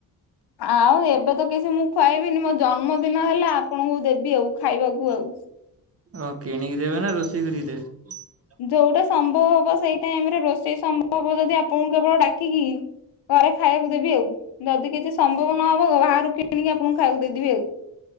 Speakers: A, on the left; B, on the right.
A: ଆଉ ଏବେ ତ କିଛି ମୁଁ ଖୁଆଇବିନି ମୋ ଜନ୍ମଦିନ ନ ହେଲେ ଆପଣଙ୍କୁ ଦେବି ଆଉ ଖାଇବାକୁ ଆଉ।
B: ଓ କିଣିକି ଦେବେ ନା ରୋଷେଇ କରିକି ଦେବେ?
A: ଯଉଟା ସମ୍ଭବ ହବ ସେଇ ଟାଇମ୍ ରେ ରୋଷେଇ ସମ୍ଭବ ହବ ଯଦି ଆପଣଙ୍କୁ କେବଳ ଡ଼ାକିକି ଘରେ ଖାଇବାକୁ ଦେବି ଆଉ ଯଦି କିଛି ସମ୍ଭବ ନହବ ଘର ବାହାରୁ କିଣିକି ଆପଣଙ୍କୁ ଖାଇବାକୁ ଦେଇଦେବି ଆଉ।